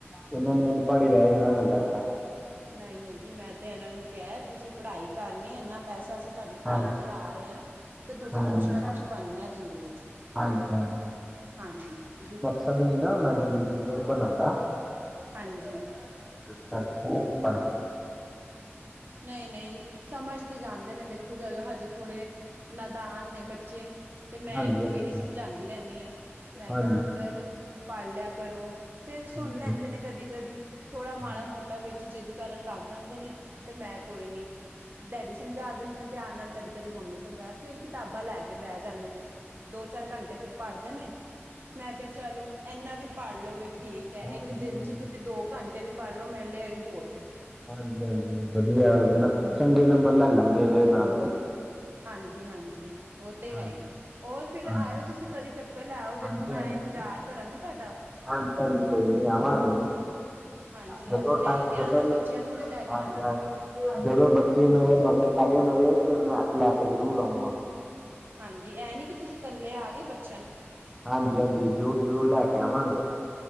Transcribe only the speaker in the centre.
ਇਹਨਾਂ ਨੇ ਅਨਪੜ ਹੀ ਰਹਿ ਜਾਣਾ, ਮੈਨੂੰ ਲਗਦਾ।
ਹਾਂ
ਹਾਂਜੀ
ਹਾਂਜੀ
ਸਦ ਨੀ ਨਾ ਹੋਣਾ, ਜ਼ਿੰਦਗੀ ਚ ਕੁਝ ਬਣਨ ਦਾ। <unintelligible>
<unintelligible>
ਹਾਂਜੀ
ਹਾਂਜੀ
ਹਾਂਜੀ
ਹਾਂਜੀ
ਹਾਂਜੀ
ਹਾਂਜੀ
ਹਾਂਜੀ ਹਾਂਜੀ ਵਧੀਆ ਚੰਗੇ ਨੰਬਰ ਲੈ ਲੈਣਗੇ ਇਹਦੇ ਨਾਲ ਵੀ
ਹਾਂਜੀ
ਹਾਂਜੀ
ਹਾਂਜੀ
ਹਾਂਜੀ
ਹਾਂਜੀ ਹਾਂਜੀ ਕੋਈ ਨੀ ਆਵਾਂਗੇ ਜੀ
ਜਦੋਂ
ਟਾਈਮ
ਜਦੋਂ ਮੈਂ
ਹਾਂਜੀ
ਹਾਂਜੀ ਜਦੋਂ ਬੱਚੇ ਮੇਰੇ ਮਗਰ ਪੈ ਗਏ ਮੇਰੇ ਤੇ ਮੈਂ ਲੈ ਕੇ ਜ਼ਰੂਰ ਆਊਂਗਾ
ਹਾਂਜੀ ਹਾਂਜੀ ਜ਼ਰੂਰ ਜ਼ਰੂਰ ਲੈ ਕੇ ਆਵਾਂਗੇ